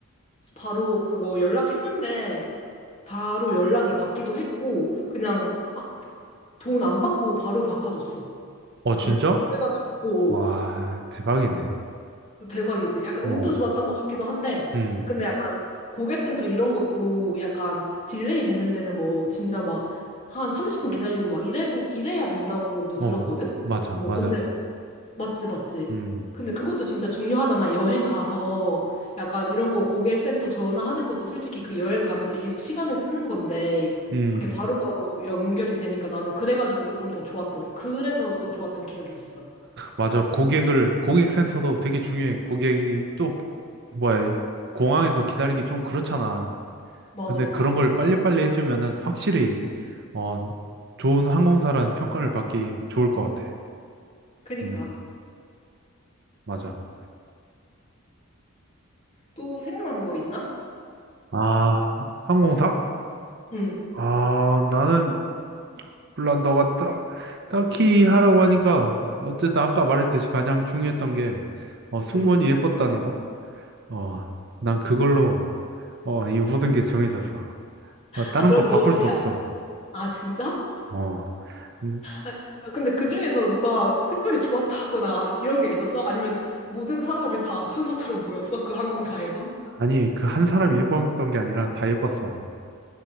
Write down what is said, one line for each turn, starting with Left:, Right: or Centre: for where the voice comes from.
Left: 바로 그거 연락했는데 바로 연락을 받기도 했고 그냥 돈 안 받고 바로 바꿔줬어.
Right: 어
Left: 그래도.
Right: 진짜?
Left: 그래가지고
Right: 와 대박이네.
Left: 오, 대박이지. 약간
Right: 어
Left: 운도 좋았던 것 같기도 한데
Right: 음
Left: 근데 약간 고객센터 이런 것도 약간 딜레이 되는 데는 뭐 진짜 막 한 30분 기다리고 막 이래도 이래야 된다고도
Right: 어
Left: 들었거든.
Right: 맞아
Left: 어,
Right: 맞아.
Left: 근데 맞지, 맞지.
Right: 음
Left: 근데 어, 그것도 진짜 중요하잖아. 여행 가서 약간 이런 거 고객센터 전화하는 것도 솔직히 그 여행 가면서 일, 시간을 쓰는 건데
Right: 음.
Left: 그렇게 바로바로 연결이 되니까 나는 그래가지고 조금 더 좋았던, 그래서 또 좋았던 기억이 있어.
Right: 맞아. 고객을, 고객센터도 되게 중요해. 고객이 또, 뭐야, 공항에서 기다리기 좀 그렇잖아.
Left: 맞아,
Right: 근데
Left: 맞아.
Right: 그런 걸 빨리빨리 해주면은 확실히, 어, 좋은 항공사라는 평가를 받기 좋을 것 같아.
Left: 그니까.
Right: 음, 맞아.
Left: 또 생각나는 거 있나?
Right: 아, 항공사?
Left: 응,
Right: 아, 나는, 물론 너가 딱, 딱히 하라고 하니까, 어쨌든 아까 말했듯이 가장 중요했던 게, 어, 승무원이
Left: 응.
Right: 예뻤다는 거? 어, 난 그걸로, 어, 이 모든 게 정해졌어. 어, 다른
Left: 아, 그럼
Right: 거 바꿀
Left: 너,
Right: 수
Left: 대학-
Right: 없어.
Left: 아, 진짜?
Right: 어, 음,
Left: 아, 나 근데 그 중에서 누가 특별히 좋았다거나 이런 게 있었어? 아니면 모든 사람이 다 천사처럼 보였어? 그 항공사에서?
Right: 아니, 그 한 사람이 예뻤던 게 아니라 다 예뻤어.